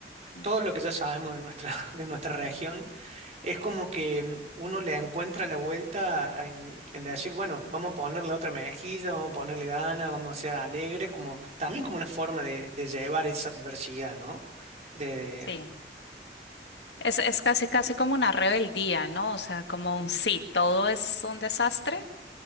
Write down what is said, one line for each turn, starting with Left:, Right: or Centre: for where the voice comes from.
Left: Mm.
Right: todo lo que ya sabemos de nuestra, <laughs> de nuestra región, es como que uno le encuentra la vuelta en, en decir, bueno, vamos a ponerle otra mejilla, vamos a ponerle ganas, vamos a ser alegres, como, también como una forma de, de llevar esa adversidad, ¿no? De,
Left: Sí, Es, es casi, casi como una rebeldía, ¿no? O sea, como un sí, todo es un desastre,